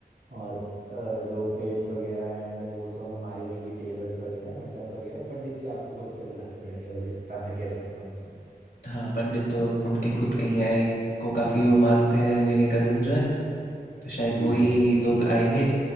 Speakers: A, on the right; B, on the left.
A: और अ, जो प्लेट्स वगैरह एंड वो सब हमारी रहेंगी टेबल्स वगैरह मंडप वगैरह पंडित जी आपको खुद से बुलाने पड़ेंगे बस इतना मैं कह सकता हूँ इसमें
B: हाँ पंडित तो उनके खुद के ही हैं एक को काफ़ी वो मानते हैं मेरे कज़न जो है तो शायद
A: जी
B: वही
A: जी
B: लोग आएंगे